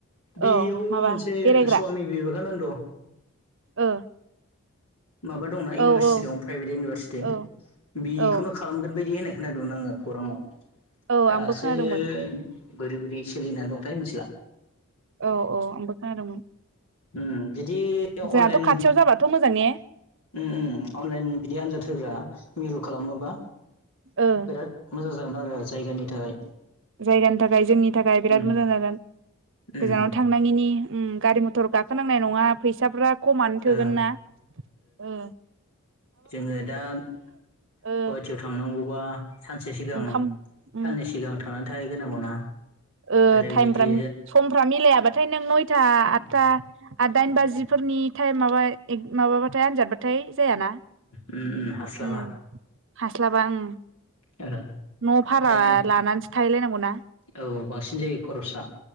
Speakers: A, on the left; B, on the right.
A: बेयाव
B: औ माबा
A: मोनसे
B: बेरायग्रा
A: स्वामि बिबेकानन्द
B: ओ
A: माबा दंना इउनिभारसिटि
B: औ औ
A: दं प्राइभेट इउनिभारसिटि
B: औ
A: बि
B: औ
A: खौनो खालामगोन बायदि होनो खोनादोंमोन आङो खौराङाव
B: औ
A: दासो
B: आंबो खोनादोंमोन
A: बोरै बोरै सोलिनानै दंथाय मिथिला
B: औ औ आंबो खोनादोंमोन
A: उ बिदि अनलाइन
B: जोंहाथ' खाथियाव जाबाथ' मोजां ने
A: उम अनलाइन बिदि आनजाद होग्रा मिरु खालामोबा
B: ओ
A: बिराद मोजां ज खालामोन आरो जायगानि थाखाय
B: जायगानि थाखाय जोंनि थाखाय बिराद
A: उम
B: मोजां जागोन
A: उम
B: गोजानाव थांनाङिनि उम गारि मथर गाखोनांनाय नङा फैसाफ्रा खमानो थोगोन
A: ओ
B: ना ओ
A: जोङो दा गुवाहाटियाव
B: ओ
A: थांनांगौबा सानसे सिगां
B: ओंखाम उम
A: साननै सिगां थांनानै थाहैग्रोनांगौना
B: ओ
A: आरो
B: टाइमफ्रा
A: बिदि
B: समफ्रा मिलायाबाथाय नों नयथा
A: उम
B: आदथा आ दाइन
A: उम
B: बाजिफोरनि टाइम माबा माबाबाथाय आनजादबाथाय जायाना
A: उम उम हास्लाबा
B: ओ हास्लाबा ओ
A: ओ
B: न' भारा
A: बेखायनो
B: लानानैसो थाहैलायनांगौना
A: औ बांसिन जायो खरसा